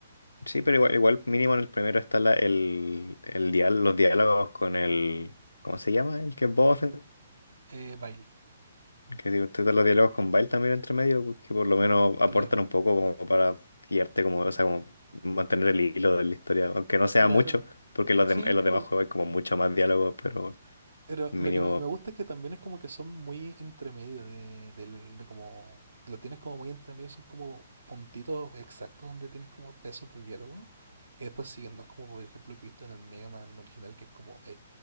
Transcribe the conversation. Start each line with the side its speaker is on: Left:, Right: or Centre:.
Left: sí, pero igual, igual mínimo en el primero está la, el, el dial, los diálogos con el, ¿cómo se llama? El que es Boba Fett.
Right: Eh, Bail,
Left: Que si usted da los diálogos con Bile también entre medio, pues, que por lo menos aportan
Right: claro.
Left: un poco como para guiarte, como, o sea, como mantener el hilo de la historia, aunque no sea
Right: Claro.
Left: mucho, porque en los,
Right: Sí,
Left: dem- en los
Right: pero
Left: demás juegos hay como mucho más diálogo, pero
Right: Pero
Left: mínimo,
Right: lo que me me gusta es que también es como que son muy entre medio de, del- de como... Lo tienes como muy entre medio, son como puntitos exactos donde tienes como pesos de diálogo. Y después siguen, no es como por ejemplo que he visto en el Mega Man original que es como... eh,